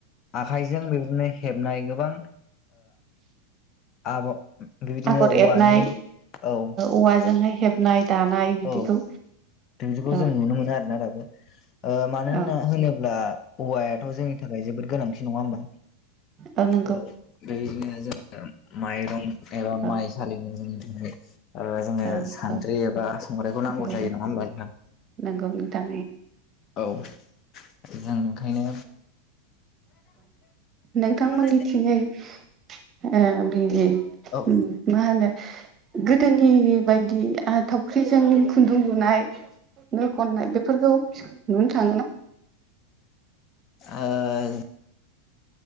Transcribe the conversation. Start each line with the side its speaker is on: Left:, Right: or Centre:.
Left: आखाइजों बेबायदिनो हेबनाय गोबां आब बेबायदिनो
Right: आगर
Left: औवानि
Right: एरनाय
Left: औ
Right: औवाजोंहाय हेबनाय दानाय बिदिखौ
Left: औ बिदिखौ
Right: औ
Left: जों नुनो मोनो आरोना दाबो मानोना
Right: औ
Left: होनोब्ला औवायाथ' जोंनि थाखाय जोबोद गोनांथि नङा होमबा?
Right: औ नंगौ
Left: दा बिदिनो जोङो माइरं एबा
Right: औ
Left: माइ सालिनो जोङो आरो जोङो
Right: औ
Left: सानद्रि
Right: औ
Left: एबा संग्राइखौ नांगौ
Right: नंगौ
Left: जायो नङा होमबा नोंथां
Right: नंगौ नोंथां
Left: औ। जों ओंखायनो
Right: नोंथांमोननि
Left: औ
Right: थिङै ओ बिदि
Left: औ ओ
Right: मा होनो गोदोनि बायदि थावख्रिजों खुन्दुं लुनाय नै खननाय बेफोरखौ नुनो थाङो ना?
Left: ओ